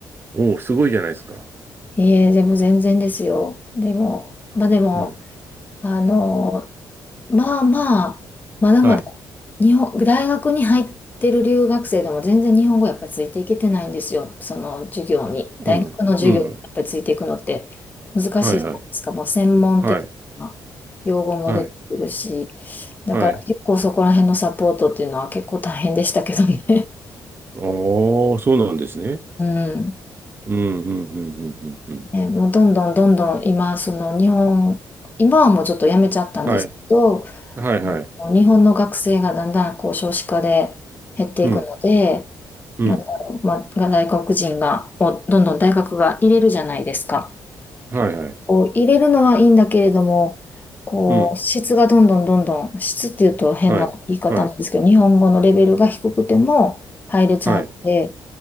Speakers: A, on the right; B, on the left.
A: おおすごいじゃないですか。
B: えーでも全然ですよ。でも、まあでも、
A: うん。
B: あの、まあまあ、まだまだ、
A: はい。
B: 日本、大学に入ってる留学生でも全然日本語やっぱりついていけてないんですよ。その授業に。大学の授業にやっぱりついていくのって難しいじゃないですか。
A: うん。うん。はいはい。
B: もう専門的な用語も出てくるし。
A: はい。はい。
B: だから結構そこら辺のサポートっていうのは結構大変でしたけどね。
A: はい。おお、そうなんですね。
B: <laughs> うん。
A: うん、うん、うん、うん、うん。うん
B: ねもうどんどんどんどん今、その日本、今はもうちょっとやめちゃったんですけど、
A: はい。はい、はい。
B: 日本の学生がだんだんこう少子化で減っていくので、
A: うん、うん。
B: なんだろう、まあ、外国人が、をどんどん大学が入れるじゃないですか。
A: はい、はい。
B: こう入れるのはいいんだけれども、こう質がどんどんどんどん、
A: うん。
B: 質っていうと変な言い方なんですけど、
A: はい。はい。
B: 日本語のレベルが低くても入れちゃうので、
A: はい。